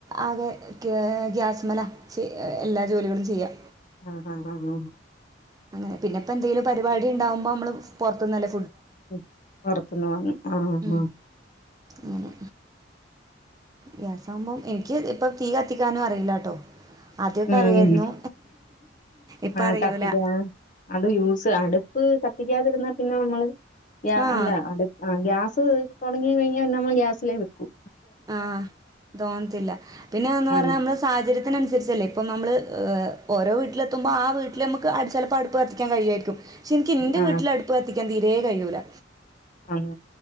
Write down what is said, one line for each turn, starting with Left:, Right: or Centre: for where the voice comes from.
Right: ആകെ കെ ഗ്യാസ്മില്ലാ ചി എല്ലാ ജോലികളും ചെയ്യാ
Left: ആഹ് ആഹ് ആഹ് ആഹ്
Right: അങ്ങനെ പിന്നെപ്പൊ എന്തെങ്കിലും പരിപാടി ഇണ്ടാകുമ്പോ നമ്മള് പൊറത്തുന്നല്ലേ
Left: ഉം പൊറത്തുന്ന് വാങ്ങും ആഹ് ആഹ്
Right: ഉം അങ്ങനെ ഗ്യാസ് ആവുമ്പോ എനിക്ക് ഇപ്പ തീ കത്തിക്കാനും അറിയില്ലാട്ടോ ആദ്യൊക്കെ
Left: ഉം
Right: അറിയായിരുന്നു ഇപ്പ
Left: ആഹ്
Right: അറിയൂല
Left: കത്തിക്കാൻ അത് യൂസ് അടുപ്പ് കത്തിക്കാതിരുന്നാ പിന്നെ നമ്മള് ഗ്യാ
Right: ആഹ്
Left: അല്ല അടുപ്പ് ആഹ് ഗ്യാസ് തൊടങ്ങി കഴിഞ്ഞാ പിന്നെ നമ്മള് ഗ്യാസിലേ വെക്കും
Right: ആഹ് തോന്നത്തില്ല പിന്നെ ഒന്ന്
Left: ആ
Right: പറഞ്ഞാ നമ്മള് സാഹചര്യത്തിനനുസരിച്ചല്ലെ ഇപ്പം നമ്മള് ഏഹ് ഓരോ വീട്ടിലെത്തുമ്പോ ആ വീട്ടില് നമ്മക്ക് അട് ചെലപ്പ അടുപ്പ് കത്തിക്കാൻ കഴിയായിരിക്കും ശരിക്ക് എന്റെ
Left: ആ
Right: വീട്ടില് അടുപ്പ് കത്തിക്കാൻ തീരെ കഴിയൂല
Left: ആഹ്